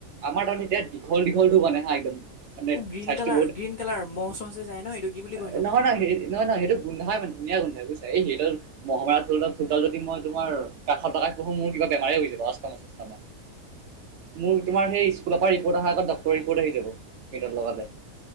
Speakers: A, on the right (about 65°); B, on the left (about 70°).
A: আমাৰ তাৰমানে এতিয়া দীঘল, দীঘলটো মানে হা একদম। মানে
B: অ, গ্ৰীণ
A: চাইজটো
B: কালাৰ, গ্ৰীণ কালাৰ মহ - চহ যে যায় ন এইটো কি বুলি কয়
A: এ
B: ন
A: নহয় নহয়, সেই নহয় নহয়, সেইটো গোন্ধাই মানে ধুনীয়া গোন্ধাই বুজিছা এই সেইডাল মহ মাৰাত ধৰি লোৱা চোতাল যদি মই তোমাৰ কাষত লগাই পঢ়ো মোৰ কিবা বেমাৰে হৈ যাব অষ্ট মষ্টম। মোৰ তোমাৰ সেই স্কুলৰ পৰা ৰিপৰ্ট আহা আগত ডক্টৰৰ ৰিপৰ্ট আহি যাব সেইডাল লগালে।